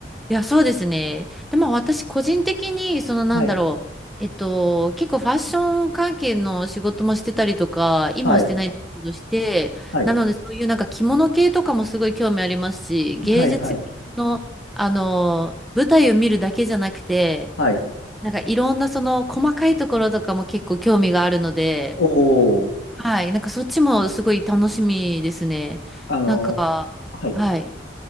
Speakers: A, in the centre; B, on the left.
A: いや、そうですね。で、まあ私個人的に、そのなんだろう、
B: はい。
A: えっと、結構ファッション関係の仕事もしてたりとか、今はしてないんですけどして、
B: はい。はい。
A: なのでそういうなんか着物系とかもすごい興味ありますし、芸術系の、
B: はい。はい。
A: あの、舞台を見るだけじゃなくて、
B: はい。
A: なんかいろんなその細かいところとかも結構興味があるので、
B: おお、
A: はい、なんかそっちもすごい楽しみですね。
B: あのはい。
A: なんか、はい。